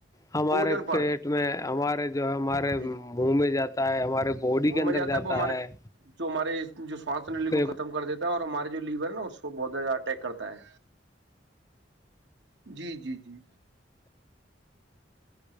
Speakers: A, on the left; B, on the right.
A: ہمارے
B: اوجن پڑتا
A: پیٹ میں ہمارے جو ہمارے
B: جی
A: منہ میں جاتا ہے ہمارے باڈی
B: منہ
A: کے اندر
B: میں
A: جاتا
B: وہ ہمارے
A: ہے
B: جو ہمارے جو سواس ن
A: پھر
B: کو ختم کر دیتا ہے اور ہمارے جو لیور نا اس کو بہت زیادہ اٹیک کرتا ہے ہے جی جی جی